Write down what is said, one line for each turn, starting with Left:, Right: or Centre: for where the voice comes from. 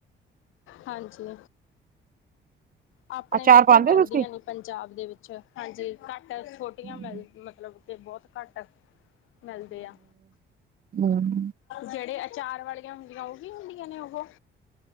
Left: ਹਾਂਜੀ ਆਪਣੇ
Right: ਅਚਾਰ
Left: ਤਾਂ ਇੱਧਰ
Right: ਪਾਉਂਦੇ
Left: ਮਿਲਦੀਆਂ
Right: ਹੋ ਤੁਸੀਂ
Left: ਨੀ ਪੰਜਾਬ ਦੇ ਵਿੱਚ ਹਾਂਜੀ ਘੱਟ ਛੋਟੀਆਂ
Right: ਹਮ
Left: ਮਿਲ ਮਤਲਬ ਤੇ ਬਹੁਤ ਘੱਟ ਮਿਲਦੇ ਆ
Right: ਹਮ
Left: ਜਿਹੜੇ ਅੱ ਚਾਰ ਵਾਲੀਆਂ ਹੁੰਦੀਆਂ ਉਹ ਵੀ ਹੁੰਦੀਆਂ ਨੇ ਉਹੋ